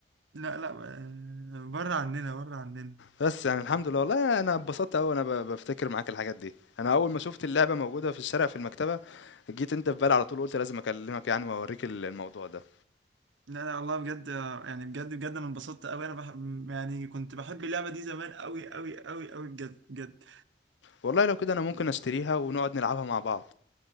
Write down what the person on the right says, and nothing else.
لا لا آه، بره عننا بره عننا
لا لا والله بجد آه، يعني بجد بجد انا انبسطت قوي انا بحب يعني كنت بحب اللعبه دي زمان قوي قوي قوي قوي بجد بجد